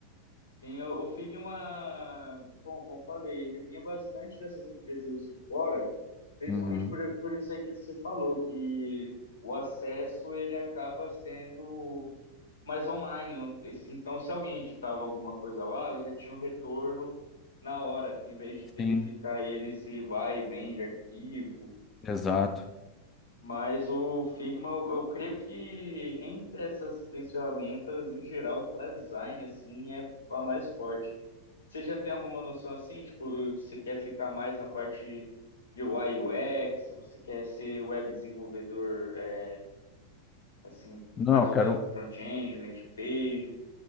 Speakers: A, on the left; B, on the left.
A: sim, o, o Figma, bom, como eu falei, ele vinha bastante dessas empresas de fora Principalmente
B: Uhum.
A: por, por isso aí que você falou, que o acesso ele acaba sendo mais online. não- esse- Então, se alguém editava alguma coisa lá, eu já tinha um retorno na hora, em vez de ter
B: Sim,
A: que ficar ele se vai e vem de arquivo.
B: exato.
A: Mas o Figma, eu, eu creio que entre essas três ferramentas, em geral, para design, assim, é a mais forte. Você já tem alguma noção assim? Tipo, você quer ficar mais na parte de UI UX? Você quer ser web desenvolvedor, é, assim,
B: Não,
A: mais
B: eu
A: voltado
B: quero.
A: para front-end, landing page?